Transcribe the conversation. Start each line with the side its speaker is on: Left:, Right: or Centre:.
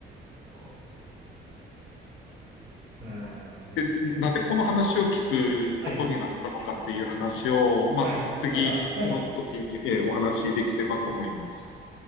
Right: こう。うーん。
Left: で、なぜこの話を聞くことになったのかっていう話を、
Right: はい。
Left: まあ、
Right: はい。
Left: 次の時に、
Right: また。はい。
Left: えーお話しできればと思います。